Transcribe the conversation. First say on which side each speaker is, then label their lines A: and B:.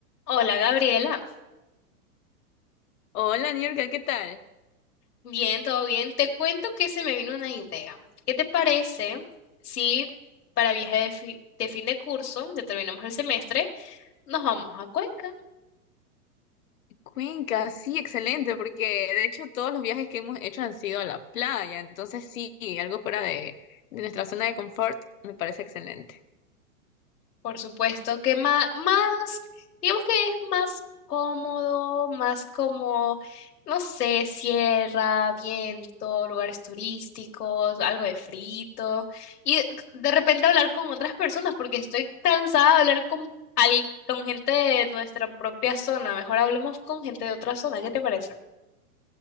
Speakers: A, on the left; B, on the left.
A: Hola Gabriela,
B: Hola, Niurka, ¿qué tal?
A: bien, todo bien. Te cuento que se me vino una idea. ¿Qué te parece si para viaje de, fi- de fin de curso, ya terminamos el semestre, nos vamos a Cuenca?
B: Cuenca, sí, excelente, porque de hecho todos los viajes que hemos hecho han sido a la playa, entonces sí, algo fuera de, de nuestra zona de confort me parece excelente.
A: Por supuesto, que más, más, digamos que es más cómodo, más como, no sé, sierra, viento, lugares turísticos, algo de frito. Y de repente hablar con otras personas, porque estoy cansada de hablar con, al- con gente de nuestra propia zona. Mejor hablemos con gente de otra zona. ¿Qué te parece?